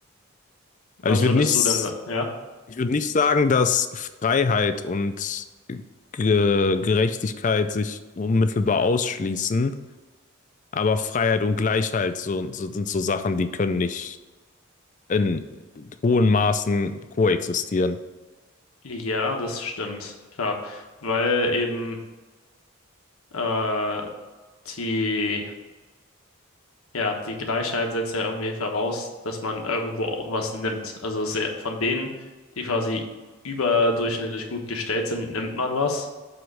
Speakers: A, on the left; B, on the left.
A: Also
B: Was
A: ich würde
B: würdest
A: nicht,
B: du denn sagen? Ja?
A: ich würde nicht sagen, dass Freiheit und Ge Gerechtigkeit sich unmittelbar ausschließen, aber Freiheit und Gleichheit so, so, sind so Sachen, die können nicht in hohen Maßen koexistieren.
B: Ja, das stimmt, klar. Weil eben äh, die Ja, die Gleichheit setzt ja irgendwie voraus, dass man irgendwo auch was nimmt. Also es ist ja von denen, die quasi überdurchschnittlich gut gestellt sind, nimmt man was,